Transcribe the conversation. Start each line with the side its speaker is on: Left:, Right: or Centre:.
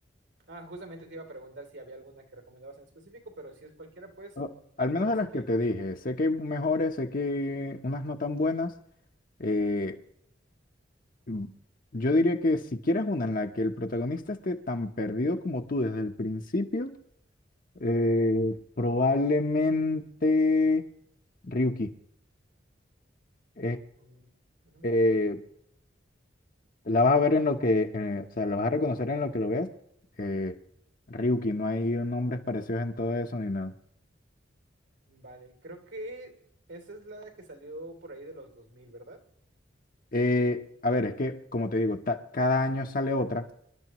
Right: Ah, justamente te iba a preguntar si había alguna que recomendabas en específico, pero si es cualquiera, pues
Left: O- al menos
Right: ahora
Left: de
Right: sí
Left: las
Right: que...
Left: que te dije, sé que hay mejores, sé que hay unas no tan buenas. eh, Mm, Yo diría que si quieres una en la que el protagonista esté tan perdido como tú desde el principio, eh, probablemente Ryuki. Eh,
Right: mm, ujú.
Left: eh, la vas a ver en lo que, eh, o sea, la vas a reconocer en lo que lo veas. eh, Ryuki, no hay nombres parecidos en todo eso ni nada.
Right: Vale, creo que esa es la que salió por ahí de los dos mil, ¿verdad?
Left: Eh, a ver, es que, como te digo, ta- cada año sale otra.